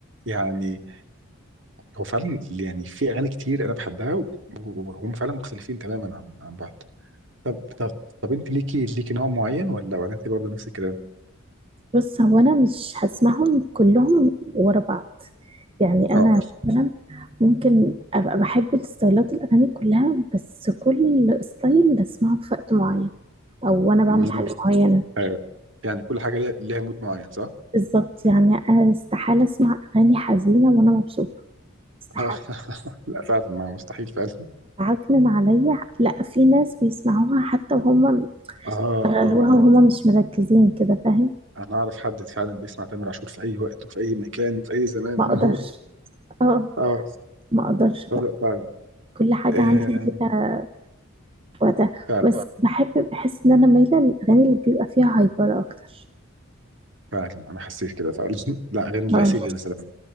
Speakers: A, on the right (about 60°); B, on the right (about 25°).
A: يعني هو فعلا يعني في اغاني كتير انا بحبها و- و- وهم فعلا مختلفين تماما عن عن بعض طب طب طب انت ليكي ليكي نوع معين ولا ولا انت برضه نفس الكلام؟
B: بص هو انا مش هسمعهم كلهم ورا بعض يعني
A: اه
B: انا مثلا ممكن ابقى بحب الستايلات الاغاني كلها بس كل ستايل بسمعه في وقت معين او وانا بعمل
A: مم.
B: حاجه معينه
A: ايوه يعني كل حاجه ليها ليها مود معين صح؟
B: بالظبط يعني انا استحاله اسمع اغاني حزينه وانا مبسوطه استحاله
A: اه <laughs> لا فعلا ما مستحيل فعلا
B: عكنن عليا لا في ناس بيسمعوها حتى وهم
A: اه <laughs>
B: غلوها
A: اه انا
B: وهم مش مركزين كده فاهم
A: انا اعرف حد فعلا بيسمع تامر عاشور في اي وقت وفي اي مكان وفي اي زمان
B: ما اقدرش
A: <laughs>
B: اه
A: اه
B: ما اقدرش بقى
A: آه، لا فعلا
B: كل حاجه
A: آه
B: عندي ليها وقتها آه،
A: فعلا
B: بس بحب بحس ان انا مايله للاغاني اللي بيبقى فيها هايبر اكتر
A: فعلا انا حسيت كده فعلا <laughs> لا غير العسيلي
B: اه
A: مثلا